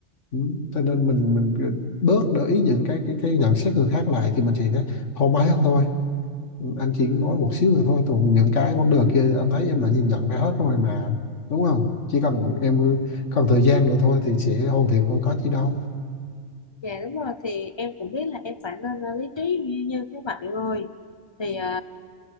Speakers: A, on the left (about 80°); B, on the left (about 30°).
A: ừ. cho nên mình mình ờ, bớt để ý những cái cái cái nhận xét người khác lại thì mình sẽ thoải mái hơn thôi anh chỉ nói một xíu nữa thôi còn những cái vấn đề kia anh thấy em đã nhìn nhận ra hết rồi mà đúng không chỉ cần em cần thời gian nữa thôi thì sẽ hoàn thiện thôi có chi đâu
B: Dạ đúng rồi thì em cũng biết là em phải nên ờ, lý trí như, như thế vậy rồi thì ờ,